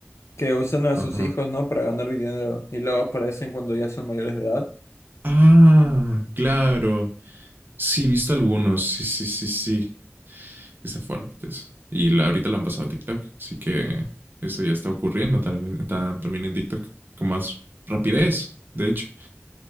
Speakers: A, on the left; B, on the right.
A: que usan a
B: Ajá.
A: sus hijos, ¿no? Para ganar dinero y luego aparecen cuando ya son mayores de edad.
B: Ah, claro. Sí, he visto algunos. Sí, sí, sí, sí. Está fuerte eso. Y la- ahorita lo han pasado a TikTok. Así que eso ya está ocurriendo, tal vez ta- también en TikTok, con más rapidez, de hecho.